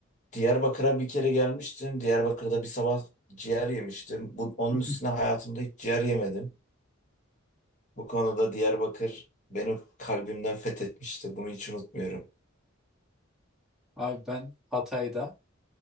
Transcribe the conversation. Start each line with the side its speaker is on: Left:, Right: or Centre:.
Left: Diyarbakır'a bir kere gelmiştim. Diyarbakır'da bir sabah ciğer yemiştim. Bu, onun
Centre: <laughs>
Left: üstüne hayatımda hiç ciğer yemedim. Bu konuda Diyarbakır beni kalbimden fethetmişti. Bunu hiç unutmuyorum.
Centre: Abi ben Hatay'da,